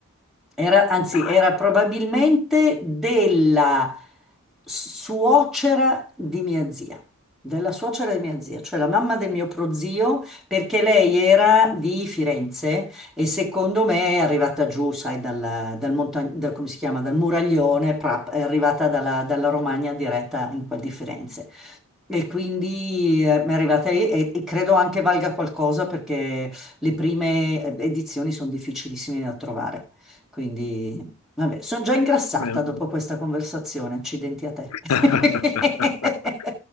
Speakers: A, in the centre; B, on the left.
A: Era, anzi,
B: Dai,
A: era
B: fantastico.
A: probabilmente della suocera di mia zia, della suocera di mia zia, cioè la mamma del mio prozio, perché lei era di Firenze e secondo me è arrivata giù, sai, dal, dal, monta- da- come si chiama, dal Muraglione, prap- è arrivata dalla, dalla Romagna diretta in quel di Firenze. E quindi eh, mi è arrivata lì e, e credo anche valga qualcosa perché le prime eh, edizioni sono difficilissime da trovare. Quindi, vabbè, sono già ingrassata
B: Eh,
A: dopo questa conversazione. Accidenti a te.
B: mm.
A: <laughs>
B: <laughs>